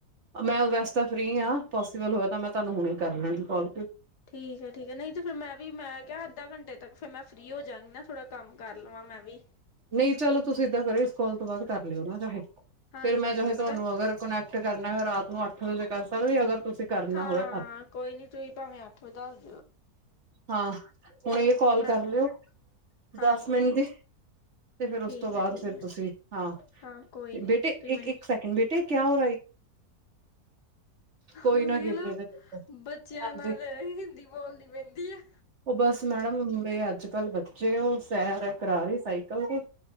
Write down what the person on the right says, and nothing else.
ਮੈਂ ਵੈਸ ਤਾਂ ਫਰੀ ਹਾਂ ਪੋਸੀਬਲ ਹੋਇਆ ਤਾਂ ਮੈਂ ਤੁਹਾਨੂੰ ਹੁਣੇ ਕਰ ਲੈਣੀ ਕੋਲ,
ਨਹੀਂ ਚਲੋ, ਤੁਸੀਂ ਏਦਾਂ ਕਰੋ ਇਸ ਕੋਲ ਤੋਂ ਬਾਅਦ ਕਰ ਲਿਓ ਨਾ ਚਾਹੇ,
ਫੇਰ ਮੈਂ
ਚਾਹੇ
ਤੁਹਾਨੂੰ ਅਗਰ ਕੁਨੈਕਟ ਕਰਨਾ ਹੋ ਰਾਤ ਨੂੰ ਅੱਠ ਵਜੇ, ਕਰ ਸਕਦੇ ਅਗਰ, ਤੁਸੀਂ ਕਰਨਾ
ਹੋਇਆ ਤਾਂ
ਹਾਂ ਹੁਣ ਕਾਲ
ਕਰ ਲਿਓ
ਦਸ ਮਿੰਟ ਦੀ, ਤੇ ਫੇਰ ਉਸ
ਤੋਂ ਬਾਅਦ
ਫਿਰ
ਤੁਸੀਂ ਹਾਂ
ਬੇਟੇ
ਇੱਕ-ਇੱਕ ਸੈਕਿੰਡ ਬੇਟੇ ਕਿਆ ਹੋ ਕੋਈ
ਨਾ ਗਿਰਨੇ ਦੇ ਉੱਪਰ।
ਹਾਂਜੀ
ਉਹ ਬਸ ਮੈਡਮ ਮੇਰੇ ਅੱਜ ਕੱਲ੍ਹ ਬੱਚੇ ਉਹ ਸੈਰ ਕਰਾ ਰਹੀ ਸਾਈਕਲ,